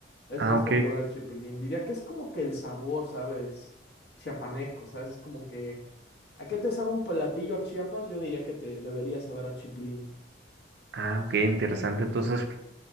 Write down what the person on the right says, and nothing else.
Ah,
ok.
Ah, ok, interesante. Entonces,